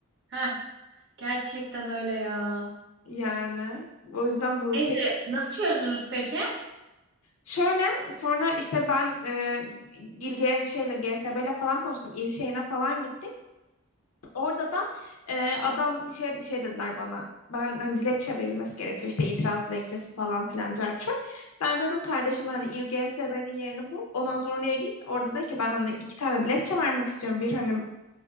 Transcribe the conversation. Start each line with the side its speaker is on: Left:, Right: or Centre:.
Right: Heh, gerçekten öyle ya.
Left: yani o yüzden bu ülke
Right: Neyse nasıl çözdünüz peki?
Left: şöyle sonra işte ben e, İl- G- şeyle GSB ile falan konuştum il şeyine falan gittik Orada da e, adam şey şey dediler bana. Ben hani dilekçe verilmesi gerekiyor işte itiraz dilekçesi falan filan çarçur. Ben dedim kardeşim hani İLGSB'nin yerini bul. Ondan sonra oraya git. Orada de ki ben hani iki tane dilekçe vermek istiyorum. Bir hani